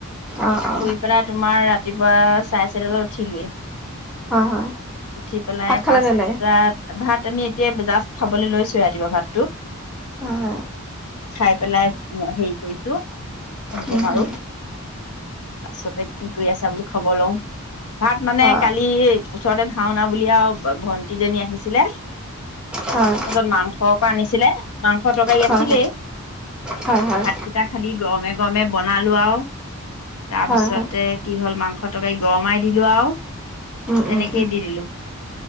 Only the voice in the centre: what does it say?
অ অ
হয় হয়
ভাত খালে
নে নাই
হয় হয়
উম,
উম,
অ
হয়
হয় হয় হয়
হয় হয়
উম উম উম